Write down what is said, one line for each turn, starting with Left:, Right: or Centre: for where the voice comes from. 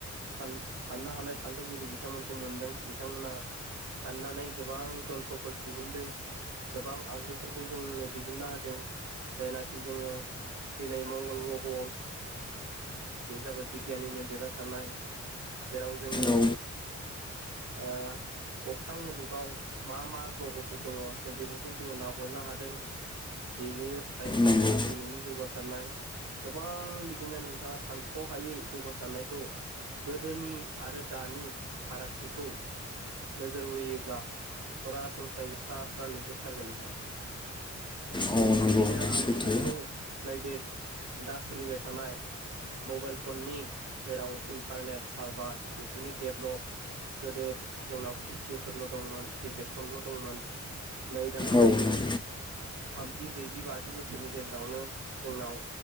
Right: सान साननो हानाय सान्थौगिरि बिथांमोनखौ मोनदों बिथांमोना साननानै गोबां जन्थ्रफोर दिहुनदों गोबां आगजुफोरखौ जोंनो दिहुनना होदों जायनाखि जोङो दिनै मंगल ग्रह'आव बे जाबाय बिगियाननिनो देरहासारनाय जेराव जोङो
Left: औ
Right: ओ अख्रां मुलुगाव मा मा ग्रह'फोर दङ जों बेफोरखौ जोङो नाहरनो हादों बिदिनो जाबाय
Left: नंगौ
Right: जोंनि दिनैनि जौगासारनाय गोबां बिदिनो नोंथाङा सानथ्रहायै जौगासारनायखौ गोदोनि आरो दानि फारागथिखौ नोजोर बोयोब्ला सरासनस्रायै स्रा स्रा नुजोबथारगोन नोंथां
Left: औ
Right: थिग
Left: नंगौ
Right: बिदिनो
Left: बे
Right: आं
Left: सैथो
Right: नोंथांखौ नैबे दा सोलिबाय थानाय मबाइल फननि जेराव इन्टारनेट सारभार बेफोरनि डेभलप गोदो जोंनाव पिसियअफोरल' दंमोन किपेड फन ल' दंमोन नै दाना
Left: औ
Right: नायदो
Left: नंगौ
Right: थामजि ब्रैजि बाजि बोसोरनि गेजेरावनो जोंनाव